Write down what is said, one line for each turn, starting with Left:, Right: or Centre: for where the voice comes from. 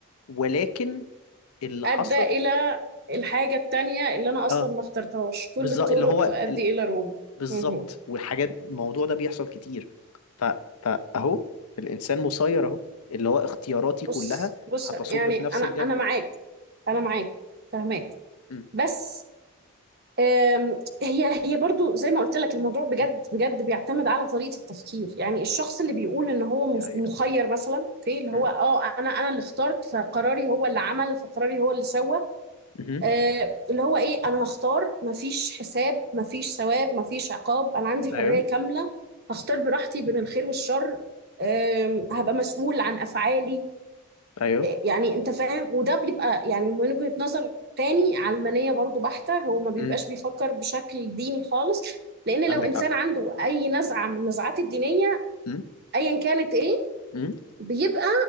Left: ولكن اللي
Right: أدى
Left: حصل
Right: إلى الحاجة التانية اللي أنا أصلا
Left: اه
Right: ما اخترتهاش كل
Left: بالظبط
Right: الطرق
Left: اللي هو
Right: تؤدي
Left: ال-
Right: إلى روما
Left: بالظبط
Right: مهم.
Left: والحاجات الموضوع ده بيحصل كتير ف... فاهو الانسان مسير اهو اللي هو اختياراتي كلها
Right: بص بص
Left: هتصب
Right: يعني
Left: في نفس
Right: انا
Left: الجردل
Right: انا معاك انا معاك فهماك
Left: امم
Right: بس آم، هي هي برضو زي ما قلت لك الموضوع بجد
Left: امم
Right: بجد بيعتمد على طريقة التفكير يعني الشخص اللي بيقول ان هو
Left: دي
Right: مس-
Left: حقيقة
Right: مخير مثلا اوكي اللي
Left: مم.
Right: هو اه انا انا اللي اخترت فقراري هو اللي عمل فقراري هو اللي سوى
Left: مهم.
Right: آه، اللي هو ايه انا هختار مفيش حساب مفيش ثواب مفيش عقاب انا عندي حرية
Left: ايوه
Right: كاملة هختار براحتي بين الخير والشر آم، هبقى مسؤول عن افعالي
Left: ايوه
Right: يعني انت فاهم وده بيبقى يعني من وجهة نظر تاني علمانية برضو بحتة هو ما بيبقاش
Left: مم.
Right: بيفكر بشكل ديني خالص لان
Left: عندك
Right: لو انسان
Left: حق
Right: عنده اي نزعة من النزعات الدينية
Left: مم.
Right: ايا كانت ايه
Left: مم.
Right: بيبقى